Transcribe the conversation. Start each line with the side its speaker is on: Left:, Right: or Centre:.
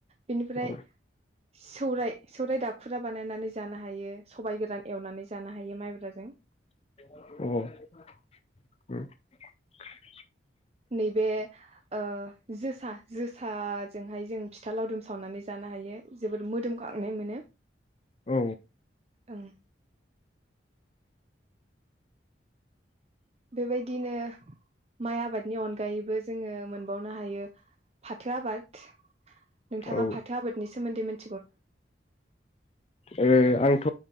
Right: बेनिफ्राय
Left: औ
Right: सौराय सौराय दाब खुरा बानायनानै जानो हायो सबायाइ गोरान एवनानै जानो हायो माइब्राजों
Left: <inaudible> औ
Right: नैबे ओ जोसा जोसाजोंहाय जों फिथा लावदुम सावनानै जानो हायो जोबोद मोदोमखांनाय मोनो।
Left: औ
Right: ओं बेबायदिनो माइ आबादनि अनगायैबो जोङो मोनबावनो हायो फाथो आबाद नोंथाङा
Left: औ
Right: फाथो आबादनि सोमोन्दैमोन
Left: ओ आंथ'